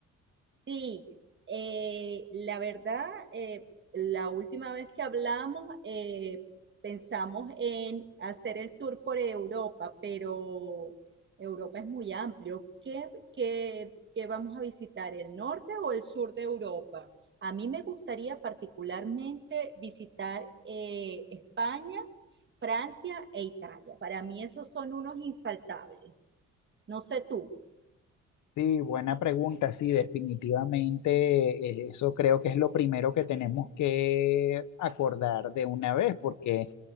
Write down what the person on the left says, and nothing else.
Sí, buena pregunta, sí, definitivamente eh, eso creo que es lo primero que tenemos que acordar de una vez, porque